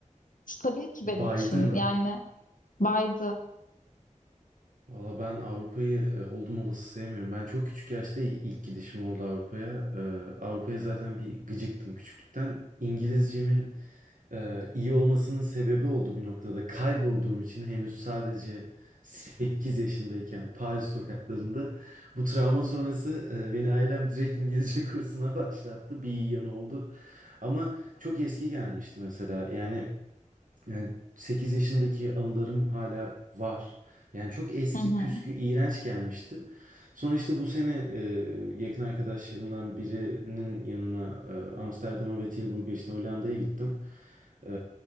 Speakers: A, on the left; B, on the right.
A: stabil ki
B: Baydı
A: benim için.
B: mı?
A: Yani baydı.
B: Valla ben Avrupa'yı e, oldum olası sevmiyorum. Ben çok küçük yaşta il- ilk gidişim oldu Avrupa'ya. E, Avrupa'ya zaten bir gıcıktım küçüklükten. İngilizcemin e, iyi olmasının sebebi oldu bir noktada. Kaybolduğum için henüz sadece 8 yaşındayken Paris sokaklarında bu travma sonrası e, beni ailem direkt İngilizce <laughs> kursuna başlattı. Bir iyi yanı oldu. Ama çok eski gelmişti mesela. Yani yani 8 yaşındaki anılarım hala var. Yani çok eski,
A: Hı hı.
B: püskü, iğrenç gelmişti. Sonra işte bu sene e, yakın arkadaşlarımdan birinin yanına e, Amsterdam'a ve Tilburg'a işte Hollanda'ya gittim. E,